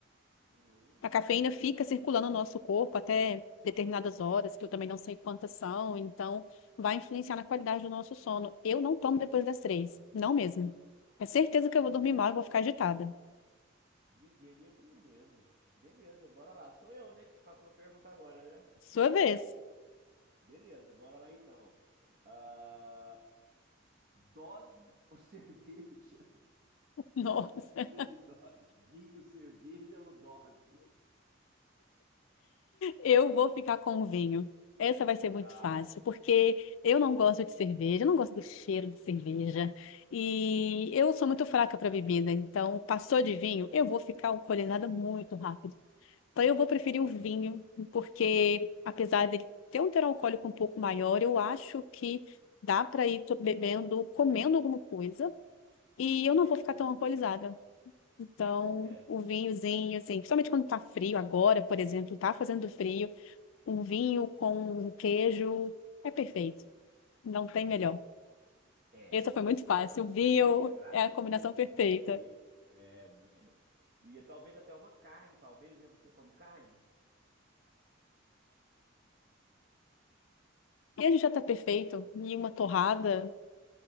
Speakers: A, on the right (about 50°); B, on the left (about 75°).
A: Hum,
B: A
A: não
B: cafeína
A: sabia.
B: fica circulando no nosso corpo até determinadas horas, que eu também não sei quantas são, então vai influenciar na qualidade do nosso sono. Eu não tomo
A: Não,
B: depois das três, não mesmo. É certeza que
A: vivendo,
B: eu vou dormir mal e vou ficar agitada.
A: vivendo e aprendendo. Beleza, bora lá. Sou eu, né, que te faço uma pergunta agora, né?
B: Sua vez.
A: Beleza, bora lá então. Ah, dose ou <laughs> cerveja?
B: <laughs> Nossa.
A: Bebida de do... vinho, cerveja ou dose?
B: Eu vou ficar com o vinho. Essa vai ser muito
A: Ah,
B: fácil,
A: é.
B: porque eu não gosto de cerveja, eu não gosto do cheiro de cerveja. E eu sou muito fraca para bebida, então passou de vinho, eu vou ficar alcoolizada muito rápido. Então eu vou preferir o
A: Aham.
B: vinho, porque apesar dele ter um teor alcoólico um pouco maior, eu acho que dá para ir to- bebendo, comendo alguma coisa, e eu não vou ficar
A: Sim,
B: tão alcoolizada. Então,
A: sim. É,
B: o vinhozinho, assim, principalmente quando tá frio agora, por exemplo, tá fazendo frio um vinho com um queijo. É perfeito. Não tem
A: é.
B: melhor.
A: É,
B: Essa foi
A: a
B: muito
A: combinação
B: fácil. O vinho
A: aí me agradou,
B: é a combinação
A: hein?
B: perfeita.
A: Vinho e queijo. É, muito bom. E talvez até uma carne, talvez, né? Você come carne?
B: E a gente já tá perfeito. E uma torrada